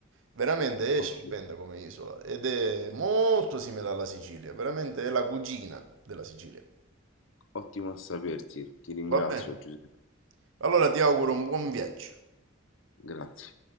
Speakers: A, on the right; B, on the left.
A: Veramente
B: ottimo,
A: è stupenda come isola ed è molto simile alla Sicilia, veramente è la cugina della Sicilia.
B: ottimo a sapersi, ti ringrazio
A: Va bene.
B: Giuseppe,
A: Allora ti auguro un buon viaggio.
B: grazie.